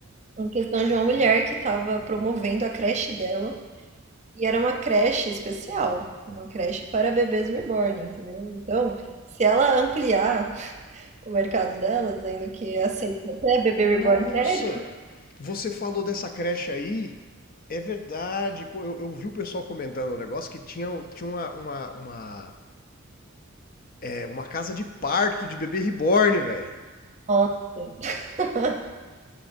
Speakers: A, on the right; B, on the left.
A: uma questão de uma mulher que estava promovendo a creche dela. E era uma creche especial, uma creche para bebês reborn, entendeu? Então, se ela ampliar o mercado dela, dizendo que aceita até bebê
B: Nossa!
A: reborn sério,
B: Você falou dessa creche aí? É verdade. Eu, eu vi o pessoal comentando o um negócio que tinha, tinha uma, uma, uma, é, uma casa de parto de bebê reborn, velho.
A: nossa, <laughs>